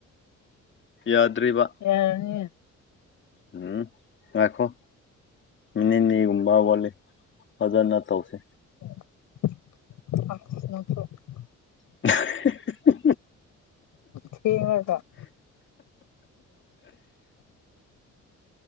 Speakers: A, on the left (about 40°); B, on the left (about 80°).
A: ꯌꯥꯗ꯭ꯔꯤꯕ
B: ꯌꯥꯔꯅꯤ
A: ꯎꯝ ꯉꯥꯏꯈꯣ ꯅꯤꯅꯤꯒꯨꯝꯕꯥ ꯐꯖꯅ ꯇꯧꯁꯤ
B: <unintelligible>
A: <unintelligible>
B: ꯊꯦꯡꯔꯒꯥ <unintelligible>